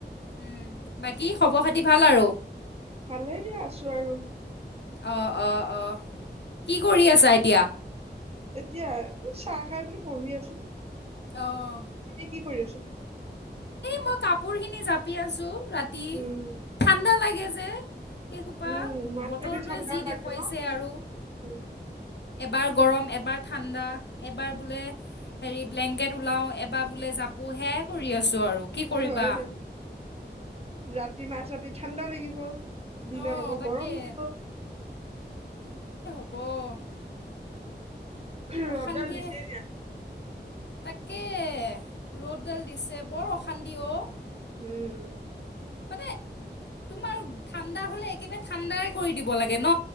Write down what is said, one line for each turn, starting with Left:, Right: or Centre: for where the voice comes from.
Left: উম বাকী খবৰ খাতি ভাল আৰু?
Right: ভালে দিয়া আছোঁ আৰু।
Left: অ অ অ কি কৰি আছা এতিয়া?
Right: এতিয়া চাহ খাই পেণে বহি আছো।
Left: আহ।
Right: তুমি কি কৰি আছা?
Left: মই কাপোৰ খিনি জাপি আছো ৰাতি
Right: উম,
Left: ঠাণ্ডা লাগে যে। এই খোপা
Right: উম, মাছ
Left: বতৰটোৱে
Right: ৰাতি ঠাণ্ডা
Left: যি
Right: লাগে
Left: দেখুৱাইছে
Right: ন
Left: আৰু
Right: উম,
Left: এবাৰ গৰম। এবাৰ ঠাণ্ডা এবাৰ বোলে হেৰি ব্লেংকেট ওলাওঁ এবাৰ বোলে জাপো সেয়াই কৰি। চো আৰু কি কৰিবা।
Right: হয় দিয়া ৰাতি মাজ ৰাতি ঠাণ্ডা লাগিব। দিনত
Left: অঁ
Right: আকৌ
Left: তাকে
Right: গৰম দিব।
Left: <unintelligible>
Right: ৰদ
Left: অশান্তিয়ে
Right: দাল দিছে এতিয়া।
Left: তাকে ৰ'দডাল দিছে বৰ অশান্তি অ'।
Right: উম।
Left: মানে তোমাৰ ঠাণ্ডা হলে একেবাৰে ঠাণ্ড কৰি দিব লাগে। ন,